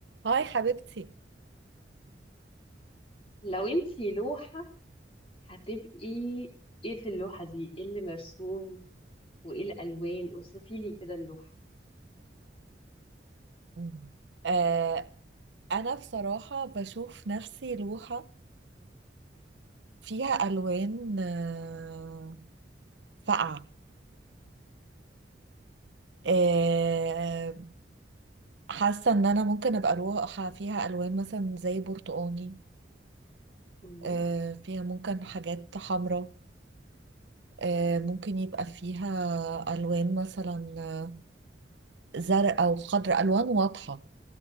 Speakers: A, on the right (about 75°); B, on the left (about 35°).
A: هاي حبيبتي
B: لو انتي لوحة هتبقي ايه في اللوحة دي ايه اللي مرسوم وايه الالوان اوصفي لي كده اللوحة
A: مم. آه أنا بصراحة بشوف نفسي لوحة فيها ألوان آه فاقعة آه حاسة إن أنا ممكن أبقى لوحة فيها ألوان مثلا زي برتقاني
B: مم.
A: آه فيها ممكن حاجات حمراء آه ممكن يبقى فيها ألوان مثلا آه، زرقاء وخضراء ألوان واضحة